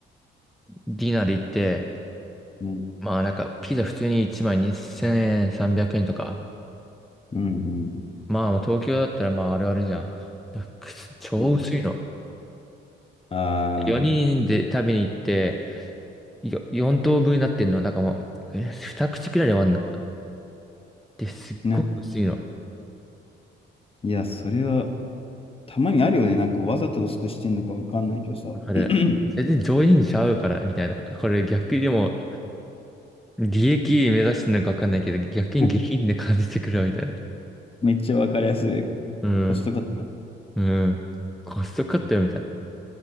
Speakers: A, in the centre; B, on the left.
A: ディナーで行って、
B: うん、
A: まあなんか、ピザ普通に1枚2 0円、300円とか。
B: うん、うん。
A: まあまあ東京だったらまああるあるじゃん。くす超薄いの。
B: そうああ、
A: 4人で食べに行って、よ、4等分になってんの。なんかもう、え2口くらいで割んの。で、すっごく薄いの。
B: なんか、いや、それは、たまにあるよね。なんか、わざと薄くしてんのかわかんないけどさ。
A: わかる。
B: <laughs>
A: 全然上品ちゃうから、みたいな。これ逆にでも、利益目指してるのかわかんないけど、逆に下品で感じてくるわみたいな。
B: <clears throat> めっちゃわかりやすい。
A: うん。
B: コストカット。
A: うん。コストカットよみたいな。